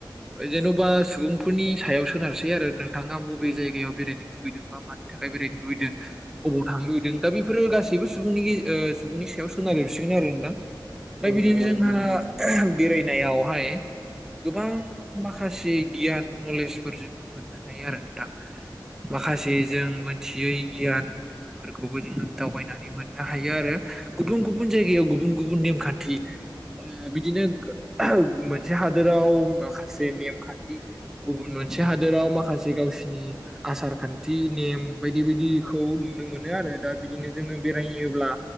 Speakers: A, in the centre; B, on the right (about 70°).
A: जेन'बा सुबुंफोरनि सायाव सोनारसै आरो नोंथाङा बबे जायगायाव बेरायनो लुबैदों बा मानि थाखाय बेरायनो लुबैदों बबाव थांनो लुबैदों दा बेफोरो गासैबो सुबुंनि सुबुंनि सायाव <unintelligible> आरो नोंथां दा
B: औ
A: बिदिनो
B: नंगौ
A: जोंहा
B: नोंथां
A: बेरायनायावहाय गोबां माखासे गियान नलेजफोर जोङो मोननो हायो आरो नोंथां माखासे जों मोनथियै गियानफोरखौबो जोङो दावबायनानै मोननो हायो आरो। गुबुन गुबुन जायगायाव गुबुन गुबुन नेमखान्थि बिदिनो मोनसे हादोराव माखासे नेमखान्थि गुबुन मोनसे हादोराव माखासे गावसिनि आसार खान्थि नेम बायदि बायदिखौ नुनो मोनो आरो दा बिदिनो जोङो बेरायोब्ला